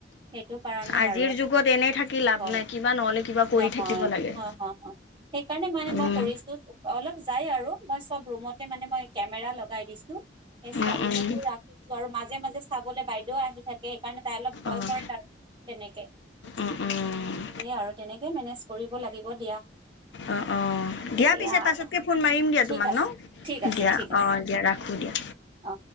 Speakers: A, on the right; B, on the left.
A: সেইটো কাৰণে
B: আজিৰ
A: আৰু
B: যুগত এনে থাকি লাভ
A: হয়
B: নাই কিবা নহ'লে কিবা কৰি
A: নহয়,
B: থাকিব লাগে।
A: অ', অ', অ', সেইকাৰণে মানে
B: উম,
A: মই কৰিছো। অলপ যাই আৰু মই চব ৰুমতে মানে মই কেমেৰা লগাই দিছো সেই ছোৱালীজনীও
B: উম, উম,
A: ৰা আৰু মাজে মাজে চাবলৈ বাইদেউও আহি থাকে সেইকাৰণে তাই অলপ ভয়
B: অ',
A: কৰে আৰু তেনেকে।
B: উম উ।
A: হেয়া আৰু তেনেকে মেনেজ কৰিব লাগিব দিয়া।
B: অ, অ
A: সেয়া
B: দিয়া পিছে পাছতকে
A: আৰু
B: ফোন মাৰিম দিয়া
A: ঠিক
B: তোমাক
A: আছে,
B: ন
A: ঠিক আছে,
B: দিয়া
A: ঠিক আছে,
B: অ দিয়া ৰাখো দিয়া।
A: অ।